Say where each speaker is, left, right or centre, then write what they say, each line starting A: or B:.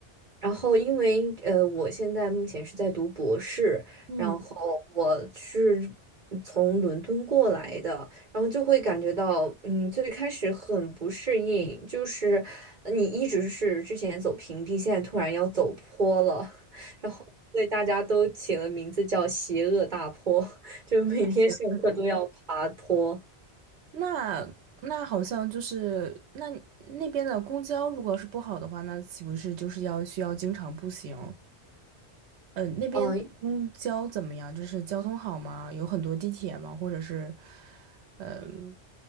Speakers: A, on the right; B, on the right.
A: 然后，因为呃，我现在目前是在读博士，
B: 嗯，
A: 然后我是从伦敦过来的，然后就会感觉到，嗯，最开始很不适应，就是呃你一直是之前走平地，现在突然要走坡了，<laughs> 然后对大家都起了名字叫“邪恶大坡”，就每天上课都要爬坡。
B: 行，
A: <laughs>
B: 那那好像就是那那边的公交如果是不好的话，那岂不是就是要需要经常步行？呃，那边公交怎么样？
A: 嗯，
B: 就是交通好吗？有很多地铁吗？或者是，嗯、